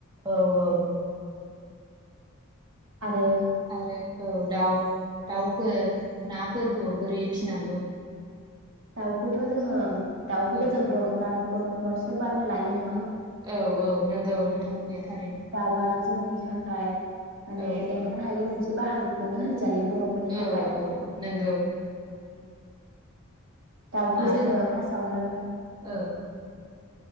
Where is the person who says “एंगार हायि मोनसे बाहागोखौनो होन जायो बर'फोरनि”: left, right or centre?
Right